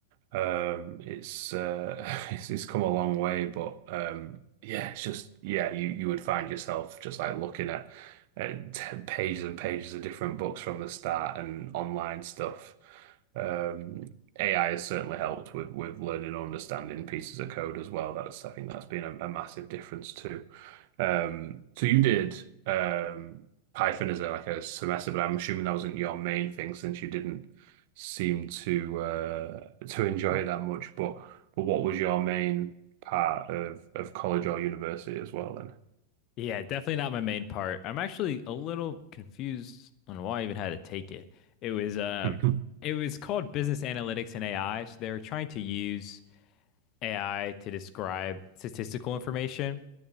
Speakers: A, on the right; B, on the left.
A: um, it's uh, <laughs> it's, it's come a long way, but um, yeah, it's just yeah, you you would find yourself just like looking at, at t pages and pages of different books from the start and online stuff. Um, AI has certainly helped with with learning and understanding pieces of code as well. That's I think that's been a, a massive difference too. Um, so you did um, Python as a, like a semester, but I'm assuming that wasn't your main thing since you didn't seem to uh, to enjoy it that much. But but what was your main part of of college or university as well then?
B: Yeah, definitely not my main part. I'm actually a little confused on why I even had to take it. It was um
A: <laughs>
B: it was called business analytics and AI, so they were trying to use AI to describe statistical information.